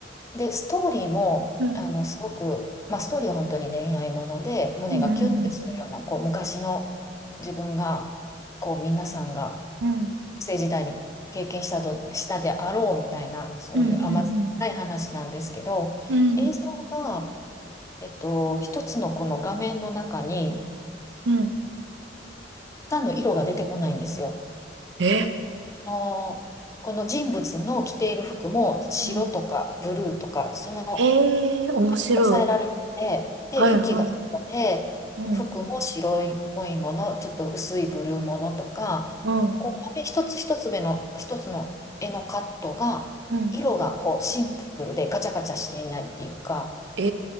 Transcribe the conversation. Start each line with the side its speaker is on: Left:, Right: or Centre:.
Left: で、ストーリーも、
Right: うん。
Left: あの、すごく、まあ、ストーリーは本当に恋愛もので、胸がキュンってするような、
Right: うんうん
Left: こう、昔の自分が、こう、皆さんが、
Right: うん。うん。
Left: 学生時代に経験したど、したであろうみたいな、そういう甘酸っぱい話なんですけど、
Right: うんうんうん。うん。
Left: 映像が、えっと、一つのこの画面の中に、
Right: うん。
Left: たんの色が出てこないんですよ。
Right: え
Left: あーこの人物の着ている服も白とかブルーとか、
Right: うん。
Left: その
Right: ええー、面白い。
Left: 抑えられてて、で、
Right: はいは
Left: 雪が白で、
Right: い。うん。
Left: 服も白いっぽいもの、ちょっと薄いブルーものとか、
Right: うん。
Left: こう、紙一つ一つ目の、一つの絵のカットが、
Right: うん。
Left: 色がこうシンプルでガチャガチャしていないっていうか、
Right: え